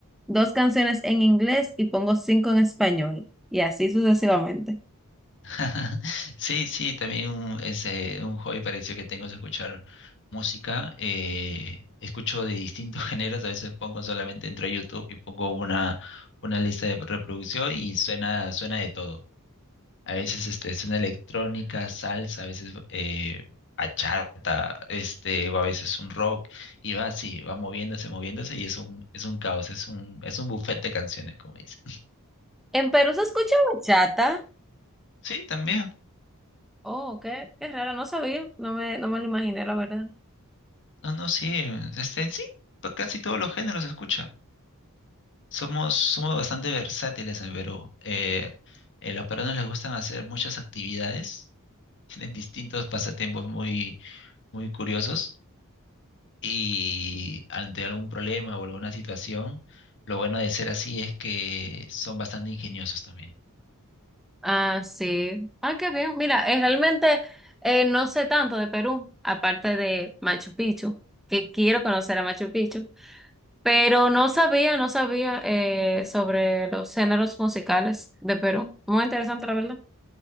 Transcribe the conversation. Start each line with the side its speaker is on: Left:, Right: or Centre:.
Centre: dos canciones en inglés y pongo cinco en español. Y así sucesivamente.
Left: <laughs> Sí, sí, también un, ese, un hobby parecido que tengo es escuchar música. eh, escucho de distintos <laughs> géneros, a veces pongo solamente entro a YouTube y pongo una, una lista de reproducción y suena, suena de todo. A veces este, suena electrónica, salsa, a veces eh, bachata, este, o a veces un rock, y va así, va moviéndose, moviéndose, y es un, es un caos, es un, es un buffet de canciones, como dicen.
Centre: En Perú se escucha bachata.
Left: Sí, también.
Centre: Oh, qué, qué raro, no sabía, no me, no me lo imaginé, la verdad.
Left: No, no, sí. Este, en sí, pues casi todos los géneros se escucha. Somos, somos bastante versátiles en Perú. Eh, eh, los peruanos les gustan hacer muchas actividades, <laughs> tienen distintos pasatiempos muy, muy curiosos. y ante algún problema o alguna situación, lo bueno de ser así es que son bastante ingeniosos también.
Centre: Ah, sí. Ah, qué bien. Mira, eh, realmente eh, no sé tanto de Perú, aparte de Machu Picchu, que quiero conocer a Machu Picchu, pero no sabía, no sabía eh, sobre los géneros musicales de Perú. Muy interesante, la verdad.